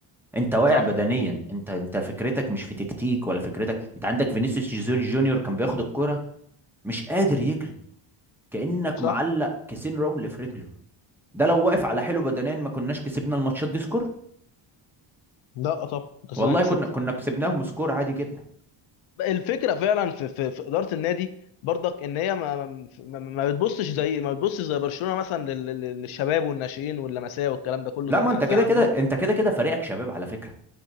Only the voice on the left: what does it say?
صح
صح
لا طب بس
انا كسبت
الفكره فعلا في, في, في اداره النادي برضك ان هي ما, ما, ما ما بتبصش زي ما بتبصش زي برشلونه مثلا لل- لل- للشباب والناشئين واللمسيه والكلام ده كله
زي
زي عندهم